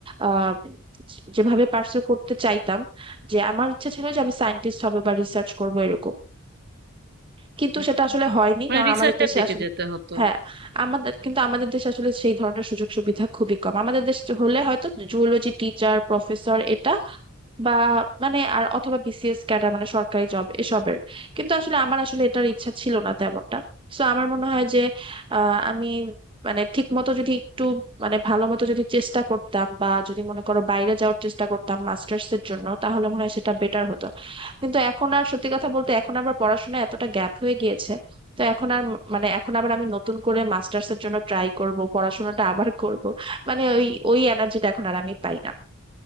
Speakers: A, on the right (about 25°); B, on the right (about 45°).
A: আহ যেভাবে পার্সু করতে চাইতাম যে আমার ইচ্ছা ছিল যে আমি সায়েন্টিস্ট হব বা রিসার্চ করব এরকম কিন্তু
B: হুম।
A: সেটা আসলে হয়নি
B: মানে
A: কারণ
B: রিসার্চের
A: আমাদের দেশে
B: দিকে
A: আসলে
B: যেতে হতো
A: হ্যাঁ আমাদের কিন্তু আমাদের দেশে আসলে সেই ধরনের সুযোগ সুবিধা খুবই কম আমাদের দেশে হলে হয়তো জুওলজি টিচার প্রফেসর এটা বা মানে আর অথবা বিসিএস ক্যাডার মানে সরকারি জব এসবের কিন্তু আসলে আমার আসলে এটার ইচ্ছা ছিল না তেমনটা সো আমার মনে হয় যে আহ, আমি মানে ঠিক মতো যদি একটু মানে ভালো মতো যদি চেষ্টা করতাম বা যদি মনে করো বাইরে যাওয়ার চেষ্টা করতাম মাস্টার্স এর জন্য তাহলে মনে হয় সেটা বেটার হতো কিন্তু এখন আর সত্যি কথা বলতে এখন আবার পড়াশোনায় এতটা গ্যাপ হয়ে গিয়েছে তো এখন আর ম- মানে এখন আবার আমি নতুন করে মাস্টার্স এর জন্য ট্রাই করব পড়াশোনাটা আবার করব মানে ওই ওই এনার্জিটা এখন আর আমি পাই না